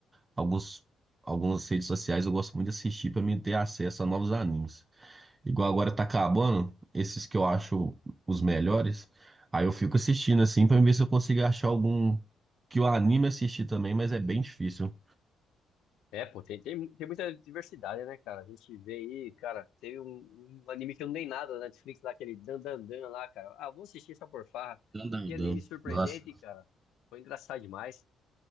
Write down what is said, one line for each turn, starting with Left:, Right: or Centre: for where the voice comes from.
Right: alguns, algumas redes sociais, eu gosto muito de assistir pra mim ter acesso a novos animes. Igual agora tá acabando, esses que eu acho os melhores, aí eu fico assistindo assim pra ver se eu consigo achar algum que o anime assistir também, mas é bem difícil.
Left: É, pô, tem, tem, tem muita diversidade, né, cara? A gente vê aí, cara, teve um, um anime que eu não dei nada na Netflix lá, aquele Dan Dan Dan lá, cara. Ah, vou assistir só por farra.
Right: Dandadan.
Left: Que anime surpreendente,
Right: Nossa.
Left: cara. Foi engraçado demais.